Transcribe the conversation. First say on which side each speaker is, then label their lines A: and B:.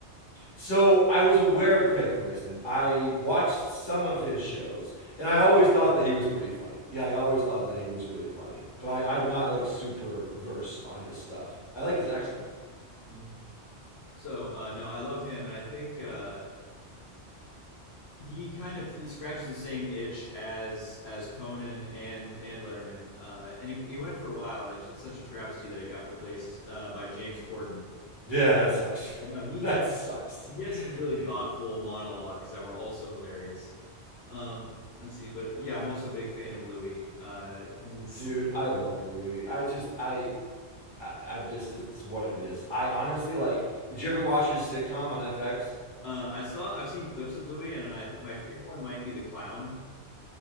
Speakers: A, on the left; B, on the left.
A: So I was aware of Craig Ferguson. I watched some of his shows, and I always thought that he was pretty funny. Yeah, I always thought that he was really funny. But I, I'm not like super versed on his stuff. I like his accent.
B: Mhm. So uh no, I love him and I think uh he kind of he scratches the same itch as as Conan and and Letterman, uh, and he, he went for a while, and it's, it's such a travesty that he got replaced uh, by James Corden.
A: Yeah, that sucks.
B: But
A: <laughs>
B: no, he
A: That
B: had
A: sucks.
B: he had some really
A: Yeah.
B: thoughtful monologues that were also hilarious. Um, let's see, but yeah, I'm also a big fan of Louis. Uh, he's
A: Dude, I love
B: hilarious.
A: Louis. I just I I, I just it's what it is. I honestly like did you ever watch his sitcom on FX?
B: Uh, I saw I've seen clips of Louis, and I think my favorite one might be the clown,